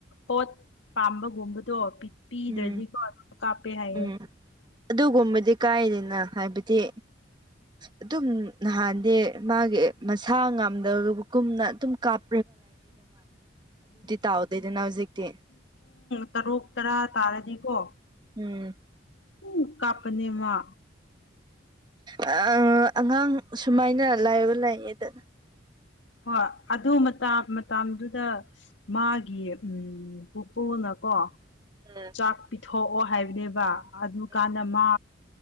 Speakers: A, on the left; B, on the right.
A: ꯄꯣꯠ ꯄꯥꯝꯕꯒꯨꯝꯕꯗꯣ ꯄꯤ
B: ꯎꯝ
A: ꯏꯗꯔꯖꯤ ꯀꯔ ꯀꯥꯞꯄꯦ ꯍꯥꯏꯌꯦ
B: ꯎꯝ ꯑꯗꯨꯒꯨꯝꯕꯗꯤ ꯀꯥꯏꯗꯅ ꯍꯥꯏꯕꯗꯤ ꯑꯗꯨꯝ ꯅꯍꯥꯟꯗꯤ ꯃꯥꯒꯤ ꯃꯁꯥ ꯉꯝꯗꯕ ꯀꯨꯝꯅ ꯑꯗꯨꯝ ꯀꯥꯞ ꯇꯥꯎꯗꯦꯗꯅ ꯍꯧꯖꯤꯛꯇꯤ
A: ꯇꯔꯣ ꯇꯔꯥ <unintelligible> ꯇꯥꯔꯦꯗꯤꯀꯣ
B: ꯎꯝ
A: ꯎꯝ ꯀꯥꯄꯅꯦꯃ
B: ꯎꯝ ꯑꯉꯥꯡ ꯁꯨꯃꯥꯏꯅ ꯂꯥꯏꯕ ꯂꯥꯛꯌꯦꯗꯅ
A: ꯍꯣꯏ ꯑꯗꯨ ꯃꯇꯝꯗꯨꯗ ꯃꯥꯒꯤ ꯎ ꯄꯨꯄꯨꯅ ꯀꯣ
B: ꯎꯝ
A: ꯆꯥꯛ ꯄꯤꯊꯣꯛꯑꯣ ꯍꯥꯏꯕꯅꯦꯕ ꯑꯗꯨꯀꯥꯟꯗ
B: ꯎꯝ
A: ꯃꯥ